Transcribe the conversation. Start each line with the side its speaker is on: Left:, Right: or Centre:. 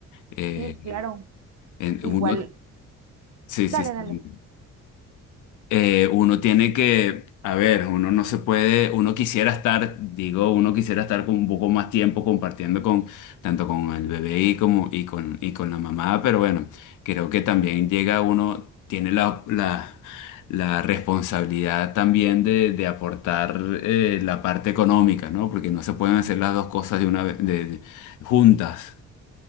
Left: Eh,
Right: sí, claro,
Left: en-
Right: igual,
Left: uno, sí,
Right: dale,
Left: sí, sí.
Right: dale.
Left: eh, uno tiene que, a ver, uno no se puede, uno quisiera estar, digo, uno quisiera estar con un poco más tiempo compartiendo con, tanto con el bebé y como, y con, y con la mamá, pero bueno, creo que también llega uno, tiene la, la, la responsabilidad también de, de aportar eh, la parte económica, ¿no? Porque no se pueden hacer las dos cosas de una vez, de- de- juntas.